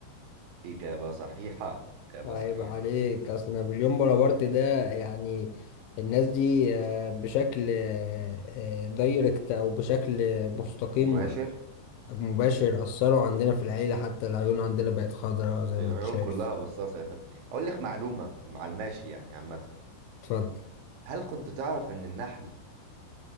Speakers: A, on the right (about 75°); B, on the left (about 80°).
A: إجابة صحيحة إجابة
B: عيب
A: صحيحة
B: عليك اصل نابليون بونابرت ده يعني الناس دي آه، بشكل آه آه، دايركت او بشكل مستقيم
A: مباشر
B: مباشر أثروا عندنا في العيلة حتى العيون عندنا بقت خضراء زي
A: العيون
B: ما انت شايف
A: كلها بصاصة يا فندم أقول لك معلومة مع الماشي يعني عامة
B: اتفضل
A: هل كنت تعرف إن النحل